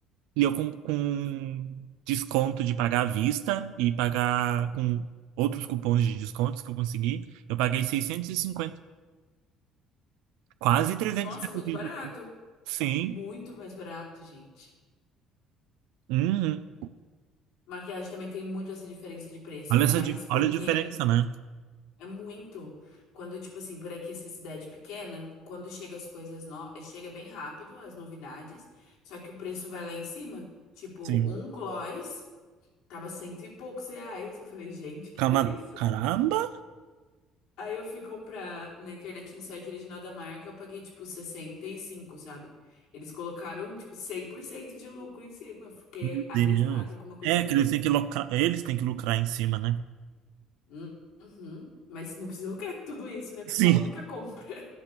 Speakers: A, on the right; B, on the left.
A: e eu com, com desconto de pagar à vista e pagar com outros cupons de descontos que eu consegui, eu paguei 650. Quase 300
B: Nossa, muito
A: reais. de-
B: barato.
A: Sim.
B: Muito mais barato, gente.
A: Uhum.
B: Maquiagem também tem muito essa diferença de preço,
A: Olha
B: ainda
A: essa,
B: mais
A: dif-
B: porque
A: olha a diferença, né?
B: É muito. Quando, tipo assim, por aqui, essa cidade pequena, quando chega as coisas no... eh, chega bem rápido, as novidades, só que o preço vai lá em cima. Tipo,
A: Sim.
B: um gloss tava cento e poucos reais. Eu falei, gente, que
A: Cama-
B: que é isso?
A: Caramba!
B: Aí eu fui comprar na internet, no site original da marca, eu paguei, tipo, sessenta e cinco sabe? Eles colocaram, tipo, 100% de lucro em cima. Eu fiquei
A: Meu
B: abismada
A: Deus.
B: com uma coisa
A: É
B: dessa.
A: que eles têm que lucrar, eles têm que lucrar em cima, né?
B: Hum, Uhum. Mas não precisa lucrar tudo isso, né? Com
A: Sim.
B: uma única compra.